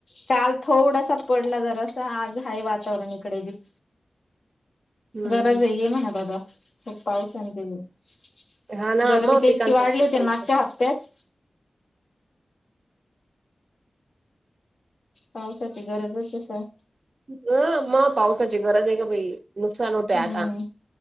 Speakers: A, on the left (about 65°); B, on the right (about 60°).
A: काल थोडासा पडला जरा असा, आज आहे वातावरण इकडे बी.
B: हम्म.
A: गरज ये म्हणा ओ बाबा खूप पाऊस आणि,
B: हम्म.
A: <unintelligible>
B: हा ना
A: गरमी
B: मग
A: तर
B: पिकांचं
A: इतकी वाढली
B: नुकसान
A: होती ना
B: होतं.
A: मागच्या हप्त्यात पावसाची गरजच स
B: हो, मग पावसाची गरजे ग बाई नुकसान होतंय
A: हम्!
B: आता